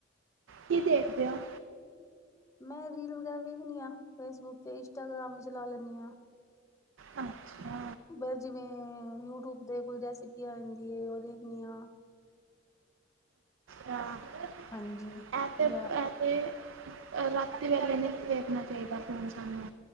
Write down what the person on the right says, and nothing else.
ਕੀ ਦੇਖਦੇ ਹੋ?
ਅੱਛਾ।
ਹਾਂ,
ਇਪੇ-ਇਪੇ
ਰਾਤੀ ਵੇਲੇ ਨਹੀਂ ਵੇਖਣਾ ਚਾਹੀਦਾ ਫੋਨ ਸਾਨੂੰ।